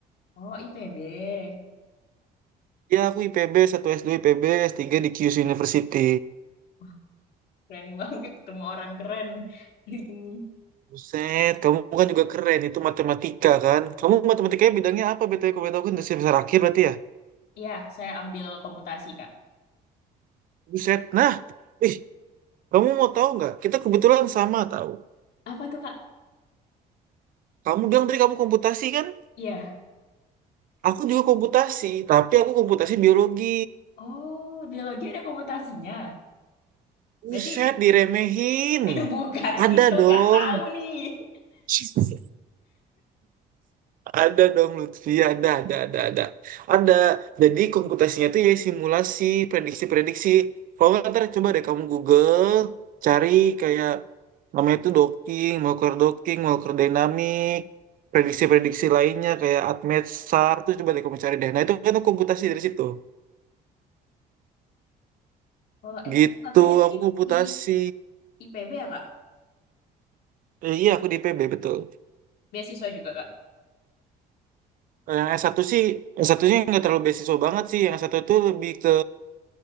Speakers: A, on the left; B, on the right.
A: Oh, IPB.
B: ya aku IPB satu S2 IPB S3 di Kyushu University
A: Wah, keren <laughs> banget ketemu orang keren hari ini.
B: Buset, kamu kan juga keren, itu matematika kan? Kamu matematikanya bidangnya apa? BTW kamu tahu kan dasar besar akhir berarti ya?
A: Iya, saya ambil komputasi Kak.
B: Buset, nah, ih, kamu mau tahu nggak? Kita kebetulan sama tahu.
A: Apa tuh, Kak?
B: Kamu bilang tadi kamu komputasi kan?
A: Iya.
B: Aku juga komputasi, tapi aku komputasi biologi.
A: Oh, biologi ada komputasinya.
B: Buset,
A: Berarti
B: diremehin.
A: <laughs> eh, bukan
B: Ada
A: gitu,
B: dong.
A: nggak tahu nih.
B: <laughs> Ada dong Lutfi, ada, ada, ada, ada. Ada. Jadi komputasinya itu ya simulasi, prediksi-prediksi. Kalau nggak ntar coba deh kamu Google, cari kayak namanya itu docking, Walker docking, Walker dynamic, prediksi-prediksi lainnya kayak ATMET, SAR, tuh coba deh kamu cari deh. Nah itu kan komputasi dari situ.
A: Kalau eh,
B: Gitu,
A: satunya tadi
B: aku komputasi.
A: di IPB ya, Kak?
B: Eh, iya aku di IPB betul.
A: Beasiswa juga, Kak?
B: Kalau Yang S1 sih, s satunya nggak terlalu beasiswa banget sih. Yang S1 itu lebih ke